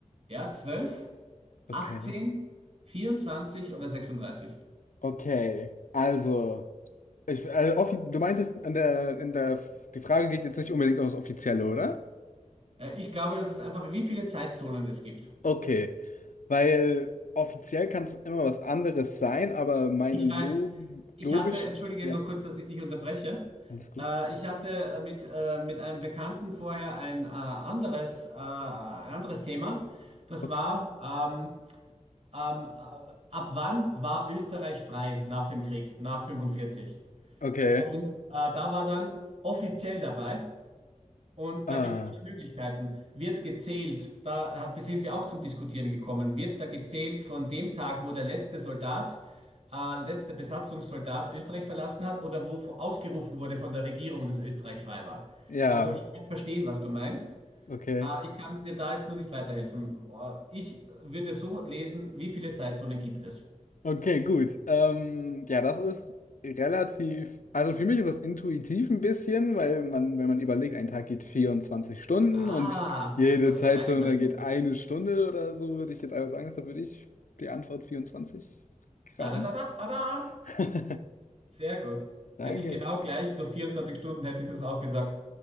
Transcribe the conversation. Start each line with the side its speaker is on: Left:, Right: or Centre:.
Right: Ja, zwölf, achtzehn,
Left: okay.
Right: 24 oder 36?
Left: Okay, also, ich, äh, offi du meintest, an der, in der, die Frage geht jetzt nicht unbedingt um das Offizielle, oder?
Right: Äh, ich glaube, das ist einfach, wie viele Zeitzonen es gibt.
Left: Okay, weil offiziell kann es immer was anderes sein, aber meine
Right: Ich
Left: Log
Right: weiß, ich
Left: logisch,
Right: hatte, entschuldige
Left: ja,
Right: nur kurz, dass ich dich unterbreche.
Left: alles gut.
Right: Äh, ich hatte äh, mit, äh, mit einem Bekannten vorher ein äh, anderes, äh, ein anderes Thema. Das
Left: Okay,
Right: war, ähm, ähm, äh, ab wann war Österreich frei nach dem Krieg, nach 45.
Left: okay,
Right: Und äh, da war dann offiziell dabei. Und
Left: ah,
Right: da gibt es zwei Möglichkeiten. Wird gezählt, da hat, sind wir auch zum Diskutieren gekommen, wird da gezählt von dem Tag, wo der letzte Soldat, äh, letzte Besatzungssoldat Österreich verlassen hat oder wo vo- ausgerufen wurde von der Regierung, dass Österreich frei war.
Left: ja,
Right: Also ich kann verstehen, was du meinst.
Left: okay.
Right: Äh, ich kann dir da jetzt nur nicht weiterhelfen. Äh, ich würde so lesen, wie viele Zeitzonen gibt es?
Left: Okay, gut. Ähm, ja, das ist relativ, also für mich ist das intuitiv ein bisschen, weil man, wenn man überlegt, ein Tag geht 24 Stunden
Right: Ah,
Left: und jede
Right: das
Left: Zeitzone
Right: wäre meine Überlegung.
Left: geht eine Stunde oder so, würde ich jetzt einfach sagen, deshalb würde ich die Antwort 24 raten.
Right: Da, da, da, da, da, da.
Left: <laughs>
Right: Sehr gut.
Left: Danke.
Right: Hätte ich genau gleich durch 24 Stunden hätte ich das auch gesagt.